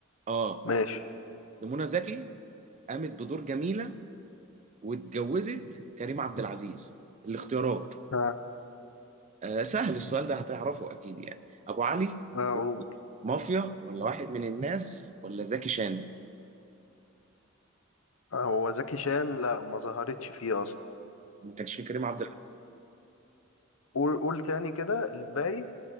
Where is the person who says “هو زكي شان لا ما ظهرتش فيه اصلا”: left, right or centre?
Left